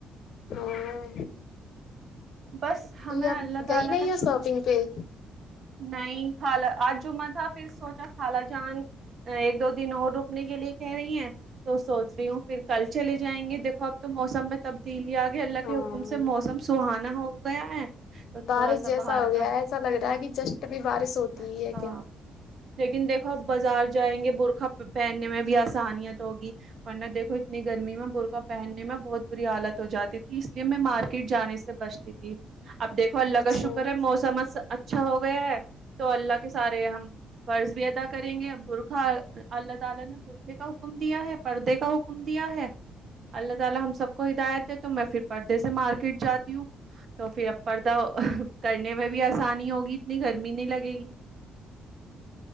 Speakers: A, on the left; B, on the right.
A: ہاں
B: بس ہمیں
A: ابھی آپ
B: اللہ تعالی
A: گئی نہیں
B: کا
A: ہو
B: شکر
A: شاپنگ پہ
B: نہیں خالا آج جمعہ تھا پھر سوچا خالا جان ایک دو دن اور رکنے کے لیے کہہ رہی ہیں تو سوچ رہی ہوں پھر کل چلے جائیں گے دیکھو اب تو موسم میں تبدیلی آگئی اللہ کے
A: ہاں
B: حکم سے موسم سہانا ہو گیا ہے تو تھوڑا
A: بارش
B: سا
A: جیسا
B: باہر
A: ہو
B: کا
A: گیا ہے ایسا لگ رہا ہے کہ جسٹ ابھی بارش ہوتی
B: اچھا
A: ہی ہے کیا
B: لیکن دیکھو اب بازار جائیں گے برقعہ پہننے میں بھی آسانیت ہوگی ورنہ دیکھو اتنی گرمی میں برقعہ پہننے میں بہت بری حالت ہو جاتی تھی اس لیے میں مارکیٹ جانے سے بچ تی تھی اب دیکھو اللہ
A: اچھا
B: کا شکر ہے موسم اس اچھا ہو گیا ہے تو اللہ کے سارے ہم فرض بھی ادا کریں گے برقعہ اللہ تعالی نے برقعے کا حکم دیا ہے پردے کا حکم دیا ہے اللہ تعالی ہم سب کو ہدایت دے تو میں پھر پردے سے مارکیٹ جاتی ہوں تو پھر اب پردہ کرنے میں بھی آسانی ہو بی اتنی گرمی نہیں لگے گی